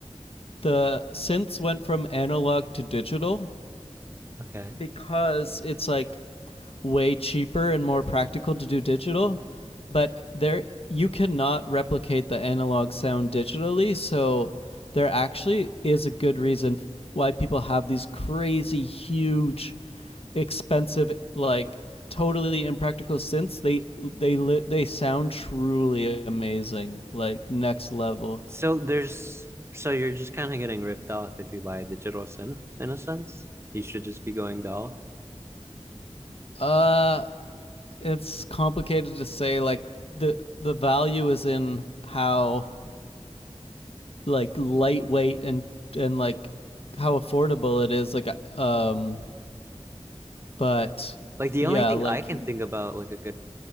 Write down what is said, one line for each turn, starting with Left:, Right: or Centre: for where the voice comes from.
Left: the synths went from analog to digital
Right: Okay.
Left: because it's like way cheaper and more practical to do digital, but there you cannot replicate the analog sound digitally, so there actually is a good reason why people have these crazy huge expensive like totally impractical synths. They they li- they sound truly amazing, like next level.
Right: So there's so you're just kind of getting ripped off if you buy a digital synth in a sense. You should just be going doll.
Left: Uh it's complicated to say like the the value is in how like lightweight and and like how affordable it is like um but
Right: Like the
Left: yeah
Right: only thing
Left: like
Right: I can think about like a good